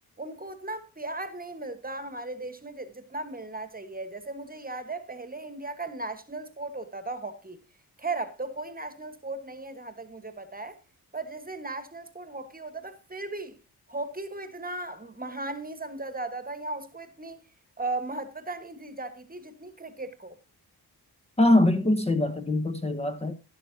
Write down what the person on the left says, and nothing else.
हाँ हाँ बिल्कुल सही बात है बिल्कुल सही बात है